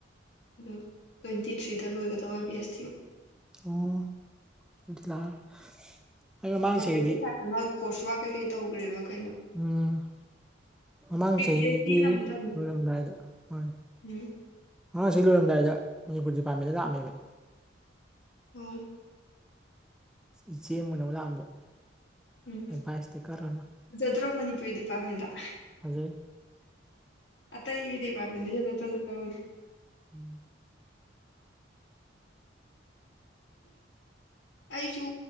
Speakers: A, on the left (about 65°); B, in the centre.
A: ꯑꯗꯣ ꯇ꯭ꯋꯦꯟꯇꯤ ꯊ꯭ꯔꯤꯗ ꯂꯣꯏꯒꯗꯕ ꯕꯦꯁꯇꯤ
B: ꯑꯣ ꯑꯩ ꯃꯃꯥꯡ
A: ꯍꯧꯖꯤꯛꯇꯤ
B: ꯆꯍꯤꯗꯤ
A: ꯐꯥꯖꯟꯅ ꯀꯣꯔꯁ ꯋꯥꯛ ꯀꯩꯀꯩ ꯇꯧꯈ꯭ꯔꯦꯕ ꯀꯩꯅꯣ
B: ꯎꯝ ꯃꯃꯥꯡ
A: ꯄꯤ
B: ꯆꯍꯤꯒꯤ
A: ꯄꯤ ꯑꯩꯆ ꯗꯤꯅ ꯑꯃꯨꯛ ꯇꯝꯃꯤꯁꯦ
B: ꯂꯣꯏꯔꯝꯗꯥꯏꯗ ꯃꯅꯤ
A: ꯎꯝ
B: ꯃꯃꯥꯡ ꯆꯥꯍꯤ ꯂꯣꯏꯔꯝꯗꯥꯏꯗ ꯃꯅꯤꯄꯨꯔ ꯗꯤꯄꯥꯔꯠꯃꯦꯟꯗ ꯂꯥꯛꯑꯝꯃꯦꯕ
A: ꯎꯝ
B: ꯏꯆꯦ ꯃꯨꯅꯧ ꯂꯥꯛꯑꯝꯕ
A: ꯎꯝ
B: ꯑꯦꯗꯚꯥꯏꯁ ꯏꯁꯇꯤꯀꯔ ꯑꯃ
A: ꯐꯖꯗ꯭ꯔꯣ ꯃꯅꯤꯄꯨꯔꯤ ꯗꯤꯄꯥꯔꯠꯃꯦꯟꯗ
B: ꯐꯖꯩ
A: ꯑꯇꯩ ꯗꯤꯄ꯭ꯥꯠꯃꯦꯟꯗꯩ ꯍꯦꯟꯅ ꯐꯖꯥꯕꯅꯦ
B: ꯎꯝ
A: ꯑꯩꯁꯨ